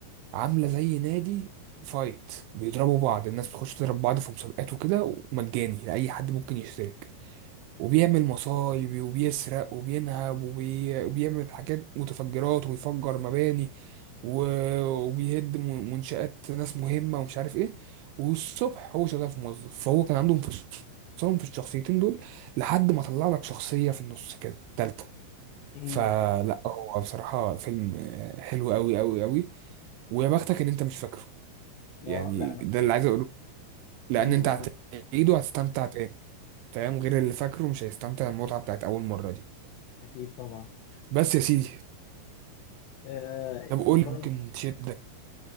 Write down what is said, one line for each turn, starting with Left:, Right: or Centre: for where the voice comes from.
Right: عامله زي نادي فايت بيضربوا بعض الناس بتخش تضرب بعض في مسابقات وكده ومجاني لاي حد ممكن يشترك وبيعمل مصايب وبيسرق وبينهب وبي... وبيعمل حاجات متفجرات وبيفجر مباني و... وبيهد م- منشآت ناس مهمة ومش عارف ايه والصبح هو شغال في موظف فهو كان عندهم انفصام في الشخصيتين دول لحد ما طلع لك شخصية في النص كده تالتة
Left: امم
Right: فلا هو بصراحة فيلم آه، حلو قوي قوي قوي ويا بختك ان انت مش فاكره يعني
Left: آه لا أنا
Right: ده اللي عايز اقوله لان
Left: امم
Right: انت هتعيده هتستمتع تاني فاهم غير اللي فاكره مش هيستمتع المتعة بتاعت اول مرة دي
Left: أكيد طبعا
Right: بس يا سيدي
Left: آه
Right: طب قول
Left: برضه
Right: ممكن تشدك